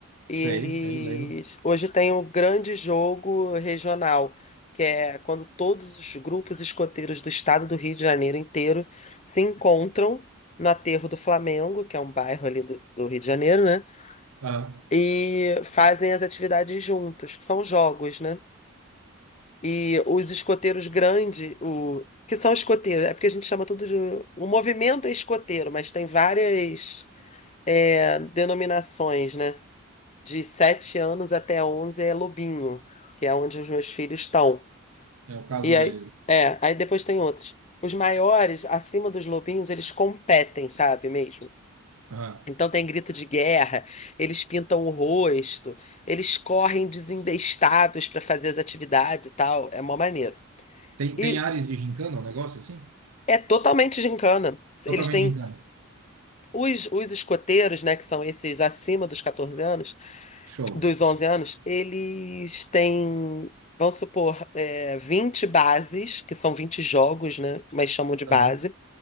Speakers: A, on the left (about 30°); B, on the right (about 85°).
A: E eles.
B: sei, sei, lembro.
A: Hoje tem um grande jogo regional, que é quando todos os grupos escoteiros do estado do Rio de Janeiro inteiro se encontram no Aterro do Flamengo, que é um bairro ali do, do Rio de Janeiro, né?
B: Aham.
A: E fazem as atividades juntos, que são jogos, né? E os escoteiros grandes, o que são escoteiros, é porque a gente chama tudo de. O movimento é escoteiro, mas tem várias é, denominações, né? De 7 anos até 11 é lobinho, que é onde os meus filhos estão.
B: É o caso
A: E aí,
B: deles, né?
A: é, aí depois tem outros. Os maiores, acima dos lobinhos, eles competem, sabe mesmo?
B: Aham.
A: Então tem grito de guerra, eles pintam o rosto, eles correm desembestados para fazer as atividades e tal. É mó maneiro.
B: Tem,
A: E
B: tem ares de gincana, um negócio assim?
A: É totalmente gincana. Eles
B: Totalmente
A: têm
B: gincana.
A: os, os escoteiros, né, que são esses acima dos 14 anos,
B: Show.
A: dos 11 anos, eles têm, vamos supor, é, 20 bases, que são 20 jogos, né, mas chamam de base.
B: Aham.